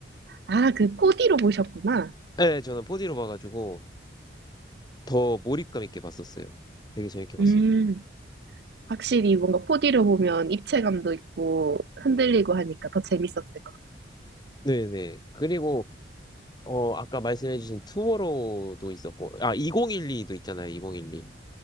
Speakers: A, on the right; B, on the left.
A: 아, 그 4D로 보셨구나.
B: 네, 저는 4D로 봐가지고 더 몰입감 있게 봤었어요. 되게 재밌게 봤어요.
A: 음, 확실히 뭔가 4D로 보면 입체감도 있고 흔들리고 하니까 더 재밌었을 것
B: 네네. 그리고 어 아까 말씀해주신 투모로우도 있었고 아 2012도 있잖아요. 2012.